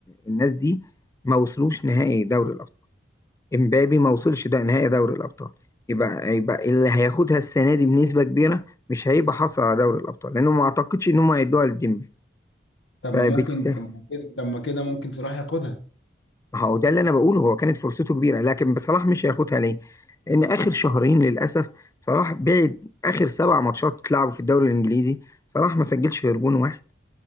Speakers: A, on the left; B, on the left.
A: الناس دي ما وصلوش نهائي دوري الابطال امبابي ما وصلش ده نهائي دوري الابطال يبقى يبقى اللي هياخدها السنه دي بنسبه كبيره مش هيبقى حصل على دوري الابطال لانه ما اعتقدش ان هم هيدوها لديمبلي
B: طب
A: فبالتالي
B: ما ممكن طب ما كده طب ما كده ممكن صلاح ياخدها
A: ما هو ده اللي انا بقوله هو كانت فرصته كبيره لكن صلاح مش هياخدها ليه؟ لان اخر شهرين للاسف صلاح بعد اخر سبع ماتشات اتلعبوا في الدوري الانجليزي صلاح ما سجلش غير جون واحد